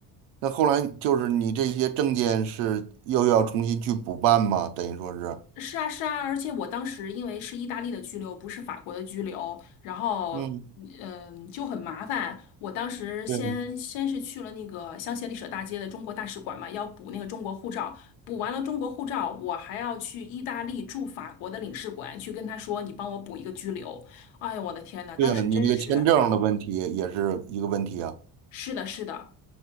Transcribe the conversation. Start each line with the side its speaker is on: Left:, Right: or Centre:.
Right: 那后来就是你这些证件是又要重新去补办吗？等于说是，
Left: 是啊，是啊，而且我当时因为是意大利的居留，不是法国的居留，然后嗯，
Right: 嗯，
Left: 嗯就很麻烦。我当时先先是去了那个香榭丽舍大街的中国大使馆嘛，
Right: 对
Left: 要补那个中国护照，补完了中国护照，我还要去意大利驻法国的领事馆去跟他说，你帮我补一个居留。哎呦，我的天呐，当时真是，
Right: 对啊，你那个签证的问题也是一个问题啊。
Left: 是的，是的，